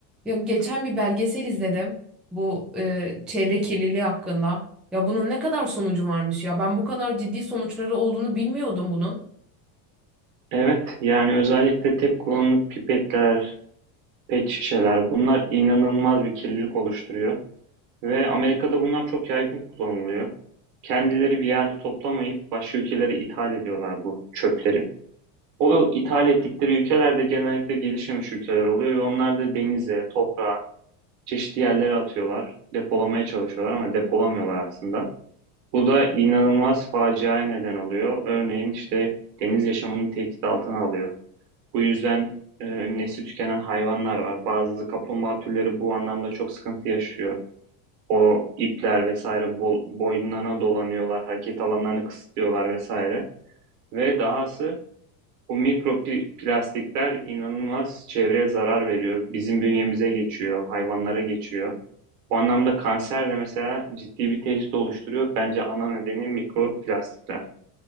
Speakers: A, in the centre; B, on the right (about 75°).
A: Yok geçen bir belgesel izledim bu e, çevre kirliliği hakkında. Ya bunun ne kadar sonucu varmış ya. Ben bu kadar ciddi sonuçları olduğunu bilmiyordum bunun.
B: Evet, yani özellikle tek kullanımlık pipetler, pet şişeler bunlar inanılmaz bir kirlilik oluşturuyor. Ve Amerika'da bunlar çok yaygın kullanılıyor. Kendileri bir yerde toplamayıp başka ülkelere ithal ediyorlar bu çöpleri. O ithal ettikleri ülkeler de genellikle gelişmemiş ülkeler oluyor ve onlar da denize, toprağa, çeşitli yerlere atıyorlar. Depolamaya çalışıyorlar ama depolamıyorlar aslında. Bu da inanılmaz faciaya neden oluyor. Örneğin işte deniz yaşamını tehdit altına alıyor. Bu yüzden e, nesli tükenen hayvanlar var. Bazı kaplumbağa türleri bu anlamda çok sıkıntı yaşıyor. O ipler vesaire bol, boyunlarına dolanıyorlar, hareket alanlarını kısıtlıyorlar vesaire. Ve dahası bu mikroplastikler inanılmaz çevreye zarar veriyor. Bizim bünyemize geçiyor, hayvanlara geçiyor. Bu anlamda kanser de mesela ciddi bir tehdit oluşturuyor. Bence ana nedeni mikroplastikler.